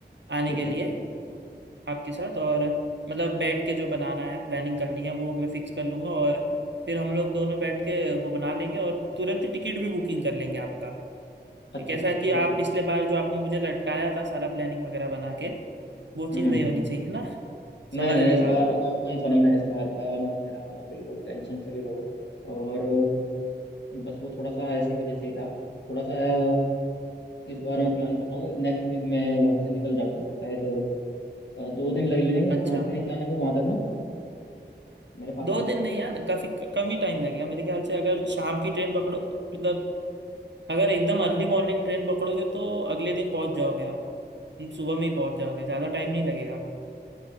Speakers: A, on the right; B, on the left.
A: आने
B: ठीक
A: के लिए
B: है ठीक है
A: आपके साथ और मतलब बैठ के जो बनाना है प्लानिंग करनी है वो मैं फिक्स कर लूंगा और फिर हम लोग दोनों बैठ के वो बना लेंगे और तुरंत ही टिकट भी बुकिंग कर लेंगे आपका ये
B: अच्छा
A: कैसा
B: अच्छा
A: कि
B: ठीक
A: आप
B: है
A: पिछले बार जो आपने मुझे लटकाया था सारा प्लानिंग वगैरह बना के वो
B: हम्म
A: चीज़
B: हम्म
A: नहीं होनी
B: हम्म।
A: चाहिए है ना
B: नहीं
A: समझ
B: नहीं
A: रहे
B: इस
A: हो आप
B: बार कंफर्म है इस बार का ना मेरा आना बिल्कुल टेंशन फ्री रहो और बस वो थोड़ा सा ऐसी वजह से ही था थोड़ा सा अ, इस बार मैं प्लान कर रहा हूँ नेक्स्ट वीक मैं यहाँ से निकल जाऊंगा शायद अ, दो दिन लग लेंगे
A: अच्छा
B: ट्रेन जाने में वहां तक ना मेरे पास
A: दो
B: से
A: दिन नहीं यार काफी क- कम ही टाइम लगेगा मेरे ख्याल से अगर शाम की ट्रेन पकड़ो मतलब अगर एकदम अर्ली मॉर्निंग ट्रेन पकड़ोगे तो अगले दिन पहुंच जाओगे आप सुबह में ही पहुंच जाओगे ज्यादा टाइम नहीं लगेगा